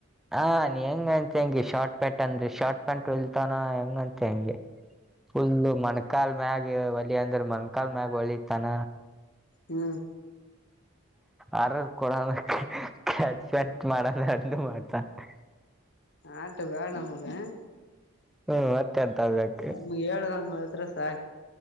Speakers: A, in the centre; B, on the left (about 55°).
A: ಹಾ ನಿ ಹೆಂಗಂತಿ ಹಂಗೆ ಶಾರ್ಟ್ ಪ್ಯಾಂಟ್ ಅಂದ್ರ ಶಾರ್ಟ್ ಪ್ಯಾಂಟ್ ಹೊಲಿತಾನ ಹೆಂಗಂತಿ ಹಂಗೆ ಫುಲ್ ಮಣಕಾಲ ಮ್ಯಾಗ ಒಲಿ ಅಂದ್ರ ಮಣಕಾಲ ಮ್ಯಾಗ ಒಲಿತಾನ.
B: ಹ್ಮ.
A: ಆರದ ಕೊಡಣಕ ಕ್ಯಾಚ್ ತ ಮಾಡಹಣ ಅಂದ್ರ ಮಾಡತ್ತ ತ
B: ಆಟ ಬ್ಯಾಡ ನಮ್ಗ
A: ಹ್ಮ್ ಮತ್ತೆ ಅಂತ ಹೋಗಬೇಕು
B: ನಮ್ಗ ಹೇಳಂಗ ರಸಾ